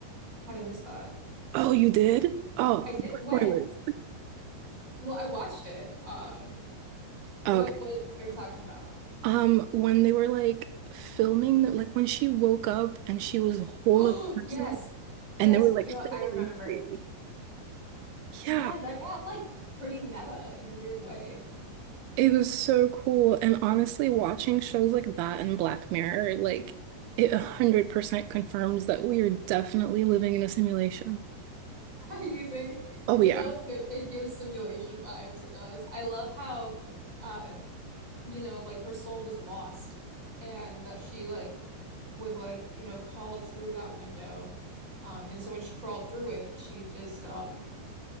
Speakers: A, on the right; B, on the right.
A: How did I miss that?
B: Oh, you did? Oh,
A: I did
B: no
A: when?
B: spoilers.
A: Well, I watched it. Um what
B: Okay.
A: what are you talking about? <gasps>
B: Um, when they were like filming, like when she woke up and she was a whole
A: Oh,
B: other person,
A: yes. Yes,
B: and they were like
A: you know,
B: filming
A: I remember.
B: a movie.
A: Yeah,
B: Yeah,
A: that got like pretty meta in a weird way. <laughs>
B: it was so cool. And honestly, watching shows like that and Black Mirror, like it 100% confirms that we are definitely living in a simulation.
A: You think
B: Oh
A: it
B: yeah.
A: does give it gives simulation vibes. It does. I love how, um, you know, like her soul was lost, and that she like was like you know called through that window, um, and so when she crawled through it, she just um